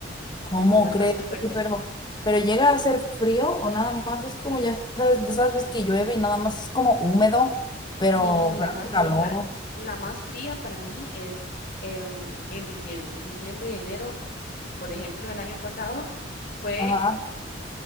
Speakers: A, on the left; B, on the left.
A: ¿Cómo
B: Es bastante
A: crees?
B: fuerte.
A: Oye, Pero, pero llega a ser frío o nada más es como, ya sabes, de esas veces que llueve y nada más es como húmedo, pero,
B: No, la
A: pero
B: más,
A: hace calor.
B: la, la más fría para mí es em, en diciembre. Diciembre y enero, por ejemplo, el año pasado fue,
A: Ajá,